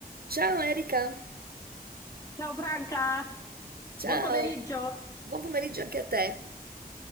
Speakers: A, on the right; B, on the left.
A: Ciao Erika,
B: Ciao Franca,
A: ciao,
B: buon pomeriggio.
A: buon pomeriggio anche a te.